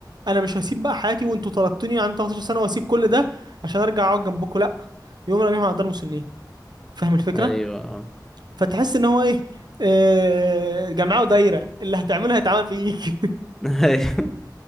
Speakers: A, on the right (about 65°); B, in the centre.
A: انا مش هسيب بقى حياتي وانتوا طردتوني عندي 18 سنة واسيب كل ده عشان ارجع اقعد جنبكم لا يقوم راميهم على دار مسنين فاهم الفكرة
B: ايوه اه
A: فتحس ان هو ايه آه جمعوا دايرة اللي هتعمله هيتعمل فيك <laughs>
B: <laughs> ايوه